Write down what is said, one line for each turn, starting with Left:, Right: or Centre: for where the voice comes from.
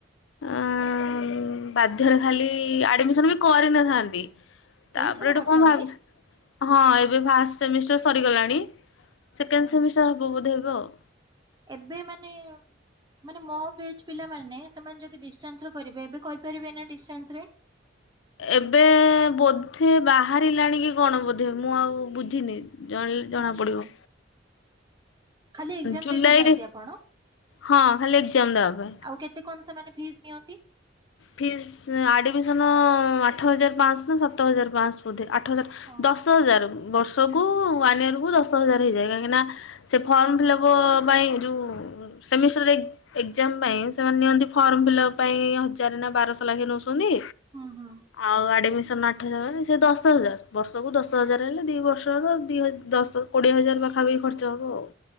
Left: ଆମ୍ ବାଧ୍ୟରେ ଖାଲି ଆଡମିସନ୍ ବି କରିନଥାନ୍ତି। ତାପରେ
Right: ଏଇଥର
Left: ଏଠୁ
Right: କରିଛନ୍ତି
Left: କଣ ଭାଵ୍ ହଁ ଏବେ ଫାଷ୍ଟ ସେମିଷ୍ଟାର ସରିଗଲାଣି, ସେକେଣ୍ଡେ
Right: ହଁ
Left: ସେମିଷ୍ଟାର ହବ ବୋଧେ ଏବେ ଆଉ।
Right: ଏବେ ମାନେ ମାନେ ମୋ ବେଚ୍ ପିଲମାନେ ସେମାନେ ଯଦି ଡିଷ୍ଟାନ୍ସ କରିବେ, ଏବେ କରିପାରିବେ ନା ଡିଷ୍ଟାନ୍ସରେ?
Left: ଏବେ ବୋଧେ ବାହାରିଲାଣି କି କଣ ବୋଧେ ମୁଁ ଆଉ ବୁଝିନି। ଜଣେ ଜଣାପଡ଼ିବ।
Right: ଓହୋ ଖାଲି ଏକ୍ଜାମ
Left: ଜୁଲାଇରେ,
Right: ଦେଇତେ ଯାଆନ୍ତି ଆପଣ
Left: ହଁ ଖାଲି ଏକ୍ଜାମ ଦବା ପାଇଁ।
Right: ଆଉ କେତେ କଣ ସେମାନେ ଫିଜ୍ ‌ନିଅନ୍ତି?
Left: ଫିସ୍ ଆଡ଼ମିଶନ ଆଠ ହଜାର ପାଆଶହ ନା ସାତ ହଜାର ପାଆଶହ। ବୋଧେ ଆଠ ହଜାର
Right: ଓହୋ।
Left: ଦଶ ହଜାର ବର୍ଷକୁ ୱାନ୍ ଇୟରକୁ ଦଶ ହଜାର ହେଇଯାଏ, କାହିଁକିନା ସେ ଫର୍ମ ଫିଲ୍ଅପ ପାଇଁ ଯୋଉ ସେମିଷ୍ଟାର ଏ-ଏକ୍ସାମ ପାଇଁ ସେମାନେ ନିଅନ୍ତି ଫର୍ମ ଫିଲ୍ଅପ ପାଇଁ ହଜା ହଜାର ନା ବାରଶହ ଲାଖେ ନଉଛନ୍ତି।
Right: ହଁ ହଁ।
Left: ଆଉ ଆଡ଼ମିସନ୍ ଆଠ ହଜାର ହେଲେ ସେ ଦଶ ହଜାର ବର୍ଷକୁ ଦଶ ହଜାର ହେଲେ ଦିଇ ବର୍ଷ ତ ଦିଇ ହ ଦଶ କୋଡ଼ିଏ ହଜାର ପାଖାପାଖି ଖର୍ଚ୍ଚ ହବ ଆଉ।